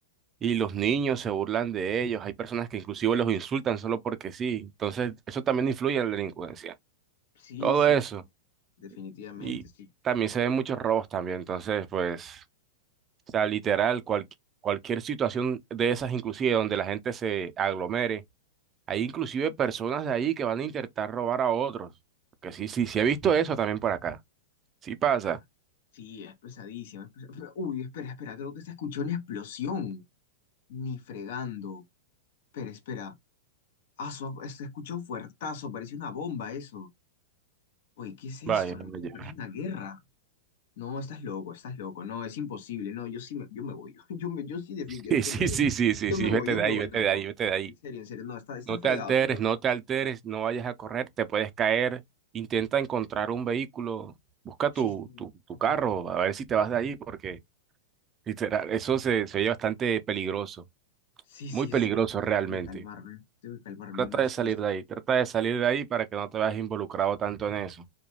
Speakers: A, on the right; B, on the left.
A: y los niños se burlan de ellos. Hay personas que inclusive los insultan solo porque sí. Entonces, eso también influye en la delincuencia.
B: Sí,
A: Todo
B: sí,
A: eso.
B: definitivamente.
A: Y
B: Sí,
A: también se ven muchos robos también. Entonces, pues, o sea, literal, cual- cualquier situación de esas, inclusive donde la gente se aglomere. Hay inclusive personas de ahí que van a intentar robar a otros. Que sí, sí, sí he visto eso también por acá. Sí pasa.
B: Ah, sí es pesadísimo. es pesa- Uy, espera, espera, creo que se escuchó una explosión. Ni fregando. Pero espera. Ah, su, se escucha un fuertazo. Parece una bomba eso. Oye, ¿qué es esto?
A: Vaya,
B: de verdad?
A: vaya.
B: Parece una guerra. No, estás loco, estás loco. No, es imposible. No, yo sí me, yo me voy. <laughs> Yo, me, yo sí definitivamente
A: Sí, sí,
B: me
A: sí,
B: voy.
A: sí, sí,
B: Yo
A: sí,
B: me voy,
A: vete
B: yo
A: de
B: me
A: ahí,
B: voy.
A: vete
B: No,
A: de
B: no.
A: ahí, vete de ahí.
B: En serio, en serio. No, está, está
A: No
B: fregado.
A: te alteres,
B: Está fregado.
A: no te alteres, no vayas a correr, te puedes caer. Intenta encontrar un vehículo, busca
B: Sí,
A: tu,
B: sí.
A: tu, tu
B: Ok.
A: carro, a ver si te vas de ahí, porque literal, eso se, se oye bastante peligroso,
B: Sí,
A: muy
B: sí,
A: peligroso
B: sí.
A: realmente.
B: Tengo que calmarme. Tengo que calmarme.
A: Trata
B: No,
A: de
B: sí.
A: salir de ahí, trata de salir de ahí para que no te veas involucrado tanto en eso. Hay